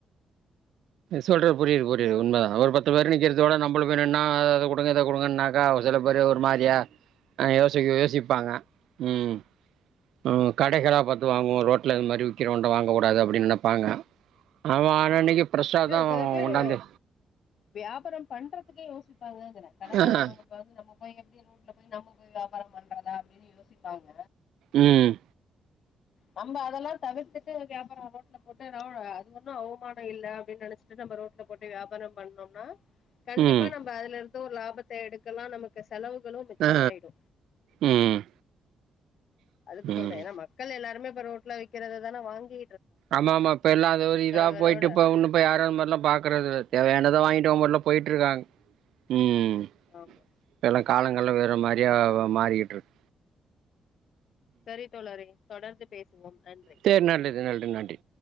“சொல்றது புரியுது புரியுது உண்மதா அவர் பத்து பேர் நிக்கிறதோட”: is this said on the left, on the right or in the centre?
Right